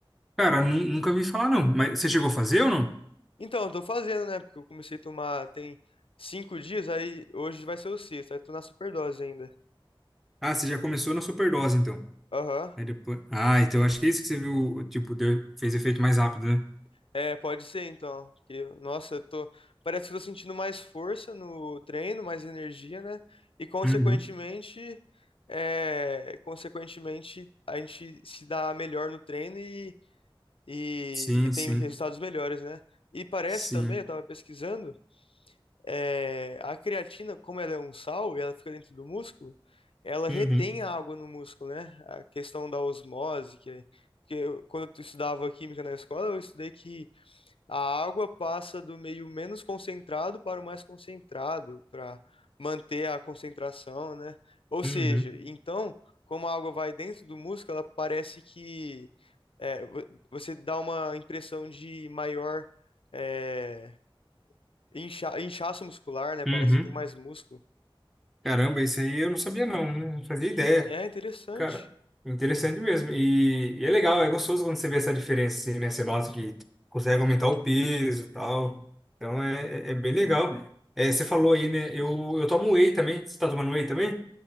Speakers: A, in the centre; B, on the left.
A: Cara, nu- nunca vi falar não. Mas você chegou a fazer ou não?
B: Então, eu tô fazendo, né? Porque eu comecei a tomar tem cinco dias, aí hoje vai ser o sexto, aí tô na superdose ainda.
A: Ah, você já começou na superdose, então.
B: Aham.
A: Aí depois. Ah, então acho que é isso que você viu, tipo, deu, fez efeito mais rápido, né?
B: É, pode ser então. Porque, nossa, eu tô. Parece que eu tô sentindo mais força no treino, mais energia, né? E consequentemente,
A: Uhum.
B: é... consequentemente, a gente se dá melhor no treino e, e...
A: Sim,
B: e tem
A: sim,
B: resultados melhores, né? E parece
A: sim.
B: também, eu tava pesquisando. É, a creatina, como ela é um sal e ela fica dentro do músculo, ela retém
A: Uhum.
B: a água no músculo, né? A questão da osmose, que é, porque eu- quando eu estudava química na escola, eu estudei que a água passa do meio menos concentrado para o mais concentrado, para manter a concentração, né? Ou
A: Uhum.
B: seja, então, como a água vai dentro do músculo, ela parece que é, vo- você dá uma impressão de maior. é, Incha- inchaço muscular, né? Parece
A: Uhum.
B: que tem mais músculo.
A: Caramba, isso aí eu não sabia não, né? não fazia ideia.
B: É interessante.
A: Cara, interessante mesmo. E, e é legal, é gostoso quando você vê essa diferença, assim, né? Você nota que consegue aumentar o peso e tal. Então é, é é bem legal. É, você falou aí, né? Eu, eu tomo whey também. Você tá tomando whey também?